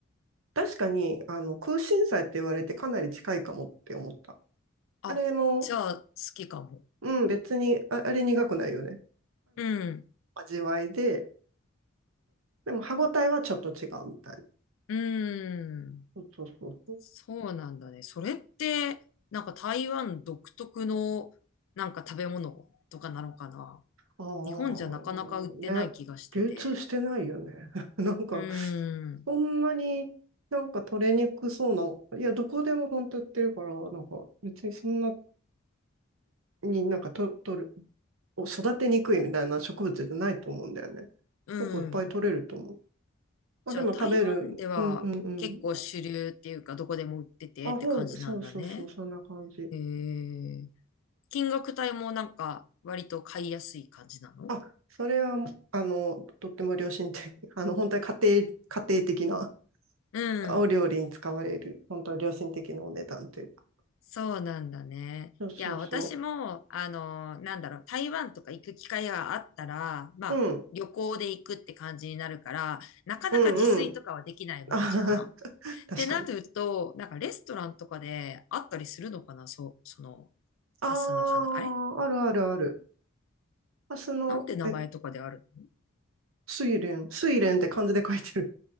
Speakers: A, on the right (about 80°); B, on the left (about 70°).
A: 確かに、あの、空心菜って言われてかなり近いかもって思った。
B: あ、
A: あれも、
B: じゃあ好きかも。
A: うん、別に、あ、あれ苦くないよね。
B: うん。
A: 味わいで、でも歯ごたえはちょっと違うみたい
B: うん。
A: な。そうそうそうそ
B: そうなんだね。それって、なんか台湾独特のなんか食べ物とかなのかな
A: う。ああ、
B: 日本じゃなかなか売ってない気がしてて。
A: ね。流通してないよね。<laughs> なんか、
B: うん。
A: そんなになんか取れにくそうな、いや、どこでも本当売ってるから、なんか別にそんなになんかと取る、育てにくいみたいな植物じゃないと思うんだよね。
B: うん。
A: 結構いっぱい取れると思う。
B: じゃあ台湾では結構主流っていうかどこでも売っててって感じなんだね。
A: あ、でも食べる。うんうんうん。あ、ほん、そうそうそう、そんな感じ。
B: へえ。金額帯もなんか割と買いやすい感じなの
A: あ、それは、あの、とっても良心的。<laughs> あの、本当に家庭、家庭的な
B: うん。
A: お料理に使われる、本当は良心的なお値段というか。
B: そうなんだね。
A: そうそうそ
B: いや、私も、あの、なんだろう、台湾とか行く機会があったら、まあ、
A: う。うん、
B: 旅行で行くって感じになるから、なかなか自炊とかはできないわけじゃんっ
A: うん、うん。あ <laughs>、確かに。
B: てなると、なんかレストランとかであったりするのかなそう、その、ハスの花、
A: あ
B: あれ
A: あ、あるあるある。ハスの、
B: なんて名前とかであるの
A: え、睡蓮。睡蓮って漢字で書いてる。